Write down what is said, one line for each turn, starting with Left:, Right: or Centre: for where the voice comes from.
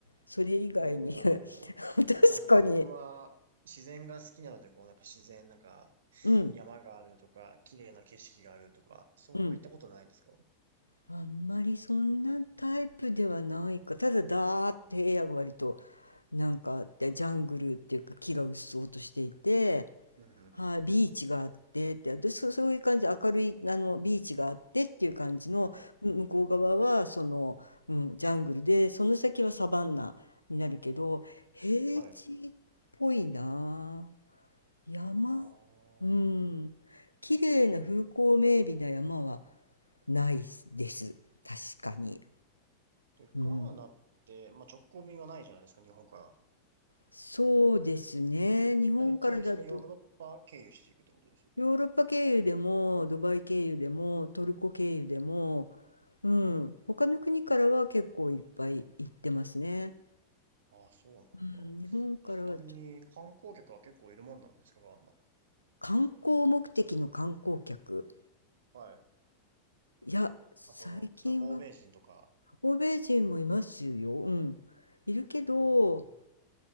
Left: それ以外に
Right: こう、
Left: <laughs> 確
Right: なんか僕は自然が好きなので、
Left: かに
Right: こうなんか自然、なんか、
Left: うん
Right: 山があるとか、綺麗な景色があるとか、そういったことないんですか
Left: うんあんまりそんなタイプではないかただだーって平野が割となんかでジャングルっていうか木がうっそうとしていて、
Right: うんうんうん
Left: はい、ビーチがあってってでそ、そういう感じで明るいあのビーチがあってっていう感じのむ向こう側はその、
Right: はい。
Left: うん、ジャングルでその先はサバンナになるけど平地っぽいな
Right: はい。
Left: 山
Right: ああ。
Left: うん綺麗な風光明媚な山はないです確かに。
Right: で、ガーナって、
Left: うん
Right: まあ、直行便はないじゃないですか、日本から。
Left: そうですね。日本からだと、
Right: だいたいそのヨーロッパ経由していくってことです。
Left: ヨーロッパ経由でも、ドバイ経由でも、トルコ経由でも、うん、
Right: うん。
Left: 他の国からは結構いっぱい行ってますね。
Right: ああ、そうなんだ。
Left: うん、日本からはちょ
Right: ちなみに観光客は結構いるもんなんですか、ガーナ。
Left: 観光目的の観光客。
Right: はい。
Left: いや、最近は
Right: あ、その、例えば欧米人とか。
Left: 欧米人もいますよ。うん、いるけど、
Right: うーん。